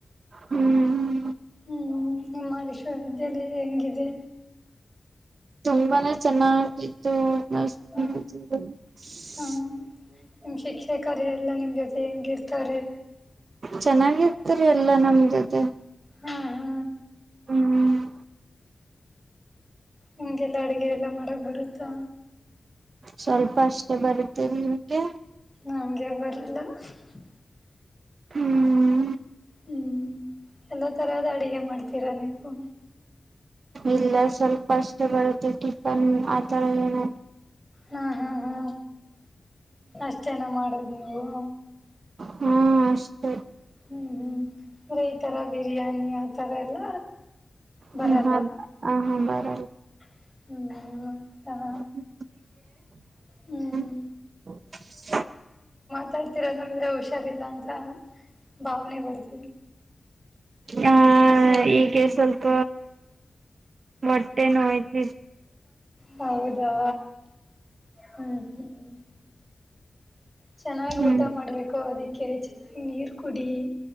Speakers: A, on the right; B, in the centre.
A: ಹ್ಮ್
B: ಹ್ಮ್ ನಿಮ್ಮ ವಿಶ್ವವಿದ್ಯಾಲಯ ಹೆಂಗಿದೆ
A: ತುಂಬಾನೇ ಚೆನ್ನಾಗಿತ್ತು ನ <unintelligible>
B: ಹ
A: ಹ್ಮ <unintelligible>
B: ಹಾ ನಿಮ್ ಶಿಕ್ಷೆ ಕಾರ್ಯ ಎಲ್ಲಾ ನಿಮ್ ಜೊತೆ ಹೆಂಗಿರ್ ಕರೆ
A: ಚೆನ್ನಾಗಿರ್ತ್ತರಿ ಎಲ್ಲಾ ನಮ ಜೊತೆ
B: ಹಾ ಹಾ
A: ಹ್ಮ್
B: ಹಿಂಗೆಲ್ಲಾ ಅಡುಗೆ ಎಲ್ಲ ಮಾಡಕ್ ಬರುತ್ತಾ
A: ಸ್ವಲ್ಪ ಅಷ್ಟೇ ಬರುತ್ತೇರಿ ನಿಮ್ಗೆ
B: ನನಗೆ ಬರಲ್ಲ <inaudible>
A: ಹ್ಮ್
B: ಹ್ಮಞ ಎಲ್ಲ ತಥರಹದ ಅಡುಿಗೆ ಮಾಡ್ತೀರಾ ನೀವು
A: ಇಲ್ಲ ಸ್ವಲ್ಪ ಅಷ್ಟೇ ಬರುತ್ತೆ ಟಿಫನ್ ಆತರ ಏನ್
B: ಹಾ ಹಾ ಹಾ ಅಷ್ಟ ಜನ ಮಾಡದು ನೀವು
A: ಹ್ಮ ಅಷ್ಟೇ
B: ಹ್ಮ್ ಹ್ಮ್ ಅಂದ್ರೆ ಈ ತರ ಬಿರಿಯಾನಿ ಆತರ ಎಲ್ಲ ಬರಲ್ಲ
A: ಹ್ಮ ಹ ಹ ಹಾ ಬರ
B: ಹ್ಮ್ ಹಾ
A: ಹ್ಮ್
B: ಹ್ಮ್
A: <inaudible>
B: ಮಾತಾಡ್ತಿೀರ ನ ಹುಷಾರಿಲ್ಲ ಅಂತ ಭಾವನೆ ಬರ್ತ
A: ಹ ಈಗೆ ಸ್ವಲ್ಪ ಹೊಟ್ಟೆ <inaudible> ನೋಯ್ತು
B: ಹೌದಾ ಹ್ಮ್ -ಹ್ಮ್ ಚೆನ್ನಾಗ್
A: ಹ್ಮ್
B: ಊಟ ಮಾಡ್ಬೇಕು ಅದುಕ್ ಕೆಳಚಿ ನೀರು ಕುಡಿ